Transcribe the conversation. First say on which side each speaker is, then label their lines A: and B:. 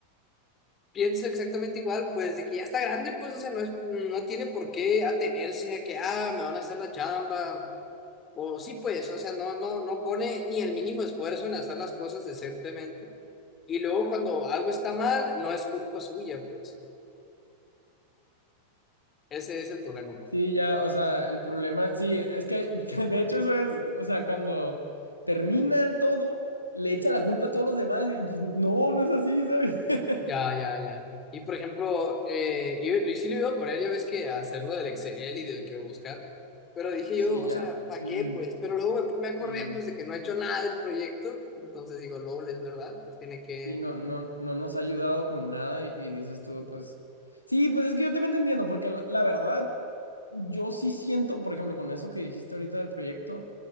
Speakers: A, on the left (about 25°); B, on the left (about 80°).
A: Pienso exactamente igual, pues, de que ya está grande, pues, o sea, no es- no tiene por qué atenerse a que, ah, me van a hacer la chamba. O sí, pues, o sea, no, no, no pone ni el mínimo esfuerzo en hacer las cosas decentemente. Y luego cuando algo está mal, no es culpa suya, pues. Ese es el problema, pues.
B: Sí, ya, o sea, el problema, sí, es que <laughs> de hecho eso es, o sea, cuando termina todo, le echa la culpa a todos los demás y pues no, no es así, ¿sabes? <laughs>
A: Ya, ya, ya. Y por ejemplo, eh, yo, yo sí lo iba a poner, ya ves que hacerlo del Excel y del que buscar, pero dije yo,
B: Sí,
A: o
B: ya.
A: sea, ¿para
B: Mm,
A: qué? Pues, pero luego me, me acordé
B: sí.
A: pues de que no he hecho nada del proyecto, entonces digo, LOL, es verdad, pues tiene que...
B: Sí, no, no, no nos ha ayudado con nada y, y dices tú, pues... Sí, pues es que yo también te entiendo, porque la, la verdad, yo sí siento, por ejemplo, con eso que dijiste ahorita del proyecto,